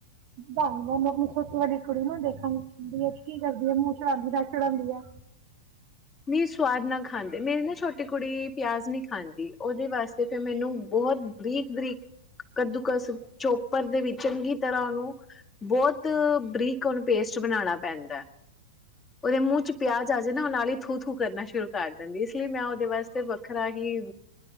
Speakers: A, on the right; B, on the left.
A: ਮਾਨੂੰ ਆਪਣੀ ਸਛੋਟੀ ਵੱਡੀ ਕੁੜੀ ਨੂੰ ਦੇਖਣ ਹੁੰਦੀ ਹੈ ਕਿ ਕੀ ਕਰਦੀ ਹੈ ਮੂੰਹ ਚੜਾਂਦੀ ਦ ਚੜਾਉਂਦੀ ਹੈ
B: ਨਹੀਂ ਸਵਾਦ ਨਾ ਖਾਂਦੇ ਮੇਰੀ ਨਾ ਛੋਟੀ ਕੁੜੀ ਪਿਆਜ਼ ਨਹੀਂ ਖਾਂਦੀ ਉਹਦੇ ਵਾਸਤੇ ਫਿਰ ਮੈਨੂੰ ਬਹੁਤ ਬਰੀਕ ਬਰੀਕ ਕੱਦੂਕਸ ਚੋਪਰ ਦੇ ਵੀ ਚੰਗੀ ਤਰ੍ਹਾਂ ਉਹਨੂੰ ਬਹੁਤ ਬਰੀਕ ਉਹਨੂੰ ਪੇਸਟ ਬਣਾਉਣਾ ਪੈਂਦਾ ਹੈ ਉਹਦੇ ਮੂੰਹ ਚ ਪਿਆਜ ਆ ਜਾਵੇ ਨਾ ਉਹ ਨਾਲ ਹੀ ਥੂ ਥੂ ਕਰਨਾ ਸ਼ੁਰੂ ਕਰ ਦਿੰਦੀ ਇਸ ਲਈ ਮੈਂ ਉਹਦੇ ਵਾਸਤੇ ਵੱਖਰਾ ਹੀ